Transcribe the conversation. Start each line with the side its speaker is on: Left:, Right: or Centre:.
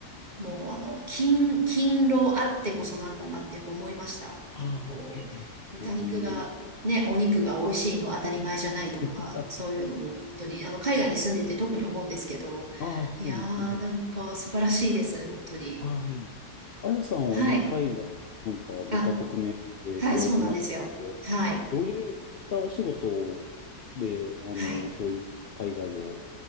Right: もうあの、勤、勤労あってこそなんだなってやっぱ思いました。
Left: ああ、
Right: なんかこう、
Left: はい、なんかそういうのを聞く。
Right: 豚肉が、ね、お肉が美味しいのは当たり前じゃないとか、
Left: <laughs>
Right: そういうのを本当に、あの、海外に住んでて特に思うんですけど、
Left: ああ、そうなんですね。
Right: いやー、
Left: はい。
Right: なんか素晴らしいです、本当に。
Left: ああ、はいあやさんは今、
Right: はい。
Left: 海外、なんか5カ国目って言われてますけど、
Right: あ、はい、そうなんですよ。はい。
Left: どういったお仕事で、あの、
Right: はい。
Left: そういう海外を